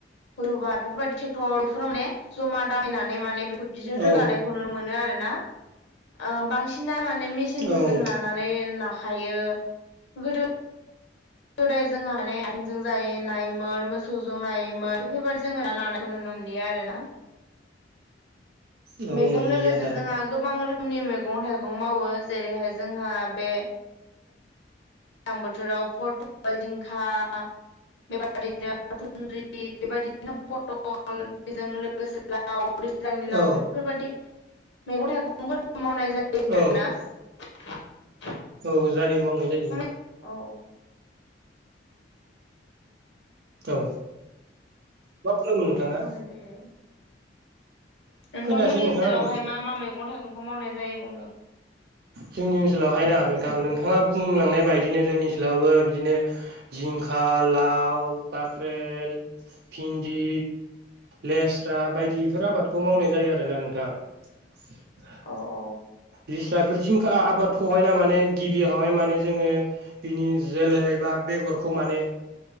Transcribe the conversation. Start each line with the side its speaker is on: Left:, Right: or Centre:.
Left: रबा बे बेफोरबायदि ट्रेक्टर बेफोराव माने जमा दामायनानै माने बेफोरदिजों रोगानाय
Right: औ
Left: खौ नुनो मोनो आरोना ओ बांसिना माने मेसिनफोरजों
Right: औ
Left: ना नानै नाखायो गोदो गोदाय जोङो माने आथिंजों जाय नायोमोन मोसौजों नायोमोन बेफोरबायदि जोङो ना खौ नुनो मोनलिया आरोना
Right: औ
Left: बेजों
Right: मोनलिया
Left: लोगोसे
Right: दा
Left: जोंहा गोबां रोखोमनि मैगं थाइगं मावो जेरैहाय जोंहा बे दैज्लां बोथोराव फटल जिंखा बेबादिनो खुन्द्रि बेबायदिनो पटल बेजों मेसेंनि लाव दैज्लांनि लाव
Right: औ
Left: बेफोरबायादि मैगं थाइगंफोरखौ मावनाय जायो।
Right: औ
Left: आरोना <inaudible>
Right: औ जायो मावनाय जायो।
Left: औ औ।
Right: औ मा बुंदोंमोन नोंथाङा?
Left: मैगं मावनाय जायो। नोंथांमोननि
Right: खोनायासै
Left: ओनसोलावहाय
Right: नोंथां आङो
Left: मा मा मैगं थाइगंखौ मावनाय जायो बुंदों।
Right: जोंनि ओनसोलावहायना नोंथां नोंथाङा बुंलांनाय बायदिनो जोंनि ओनसोलावबो बिदिनो जिंखा लाव काकरेल भिन्दि लेस्रा बायदिफोर आबादखौ मावनाय जायो आरोना नोंथां <inaudible>
Left: औ अ
Right: लिस्रा बिफोर सिंखा आबादखौहायना माने गिबियावहाय माने जोङो बिनि जोलै बा बेगरखौ माने